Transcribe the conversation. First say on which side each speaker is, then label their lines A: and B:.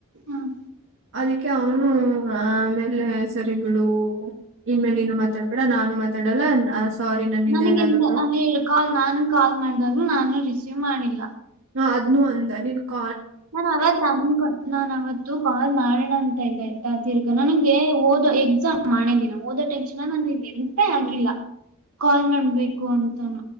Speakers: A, on the right (about 75°); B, on the right (about 60°).
A: ಹ್ಮ್
B: ಅದಕ್ಕೆ ಅವನು ಆಮೇಲೆ ಸರಿ ಬಿಡು ಇನ್ ಮೇಲೆ ಇನ್ನುನು ಮಾತಾಡ್ಬೇಡ ನಾನು ಮಾತಾಡಲ್ಲ ಸಾರಿ ನನ್ನಿಂದ
A: ನನಗಂತ
B: ಏನಾದ್ರು
A: ಹೇಳು ಕಾಲ್ ನಾನ ಕಾಲ್ ಮಾಡಿದಾಗ್ೂ ನಾನು ರಿಸೀವ್ ಮಾಡಿಲ್ಲ
B: ಹ ಅದ್ನು ಅಂದ ನಿನ್ ಕ
A: ನಾನನ್ ಅವತ್ ತನ್ ನಾನ್ ಅವತ್ತು ಕಾಲ್ ಮಾಡೋಣ ಅಂತ ಇದ್ದ ತಿರ್ಗಾ ನನಗೆ ಓದೋ ಎಕ್ಸಾಮ್ ಮಾಡೇ ದಿನ ಓದೋ ಟೆನ್ನ ನಾನು ಇದ್ದೀನಿ ಮತ್ತೆ
B: ಹ್ಮ್
A: ಆಕಿಲ್ಲ ಕಾಲ್ ಮಾಡ್ಬೇಕು ಅಂತಾನ